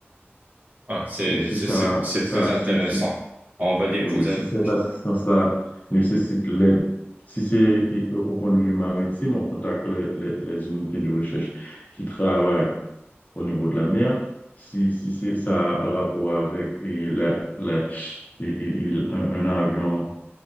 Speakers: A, on the right; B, on the left.
A: Ah, c'est,
B: Et si
A: c'est,
B: ça,
A: c'est c'est
B: si ça,
A: très intéressant.
B: si, si-
A: On va dire,
B: oui,
A: vous
B: oui,
A: avez,
B: si cette
A: je,
B: assistance-là nécessite l'aide, si c'est au au point de vue maritime, on contacte les, les- les unités de recherche qui travaillent au niveau de la mer. Si, si c'est ça a rapport avec et la- la- et- et- et un, un avion,